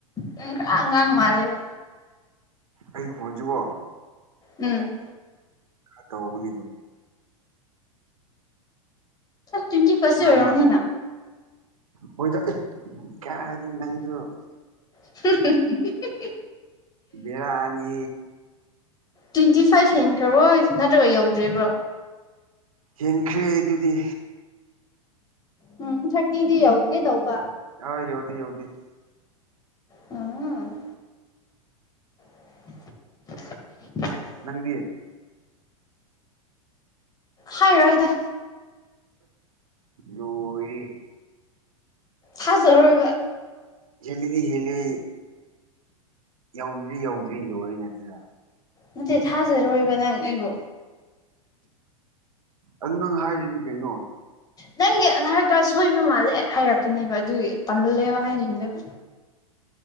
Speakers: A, on the left (about 20°); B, on the right (about 70°).
A: ꯅꯪ ꯈꯔ ꯑꯉꯥꯡ ꯃꯥꯜꯂꯦꯕ
B: ꯑꯩ ꯄꯣꯖꯕꯣ
A: ꯎꯝ
B: ꯇꯧꯕꯧꯕꯅꯤ ꯑꯗꯨꯝ
A: ꯇ꯭ꯋꯦꯟꯇꯤ ꯐꯥꯔꯁꯦ
B: ꯑꯉꯥꯡ
A: ꯑꯣꯏꯔꯕꯅꯤꯅ
B: ꯃꯥꯟꯕꯅꯤ ꯍꯣꯏꯗ ꯀꯗꯤ ꯅꯪꯁꯨ
A: ꯇꯁ ꯀꯁ
B: ꯕꯔ ꯑꯅꯤ
A: ꯇ꯭ꯋꯦꯟꯇꯤ ꯐꯥꯏꯚ ꯍꯦꯟꯈ꯭ꯔꯔꯣꯏ ꯅꯠꯇ꯭ꯔꯒ ꯌꯧꯗ꯭ꯔꯤꯕ꯭ꯔꯣ
B: ꯍꯦꯟꯈ꯭ꯔꯦ ꯑꯗꯨꯗꯤ
A: ꯎꯝ ꯊꯥꯔꯇꯤꯗꯤ ꯌꯎꯒꯦ ꯇꯧꯕ
B: ꯑ ꯌꯧꯗꯤ ꯌꯧꯗ
A: ꯑꯝ <inaudible>
B: ꯅꯪꯗꯤꯌꯦ
A: ꯍꯥꯏ ꯔꯣꯏꯗ꯫
B: ꯂꯣꯔꯤ꯫
A: ꯊꯥꯖꯔꯣꯏꯕ
B: ꯍꯦꯜꯂꯤꯗ ꯍꯦꯜꯂꯤ꯫ ꯌꯧꯗ꯭ꯔꯤ ꯌꯧꯗ꯭ꯔꯤ ꯂꯣꯏꯔꯤꯅꯤ ꯑꯗꯨꯗ
A: ꯅꯠꯇꯦ ꯊꯥꯖꯔꯣꯏꯕ ꯅꯪ ꯑꯩꯕꯨ
B: ꯑꯗꯨ ꯅꯪ ꯍꯥꯏꯔꯤꯗꯤ ꯀꯩꯅꯣ
A: ꯅꯪꯒꯤ ꯑꯙꯥꯔ ꯀꯥꯔꯗ ꯁꯣꯏꯕ ꯃꯥꯜꯂꯦ ꯍꯥꯏꯔꯛꯀꯅꯦꯕ ꯑꯗꯨꯒꯤ ꯇꯝꯜꯂꯦꯕ ꯍꯥꯏꯅꯤꯡꯗꯦꯕ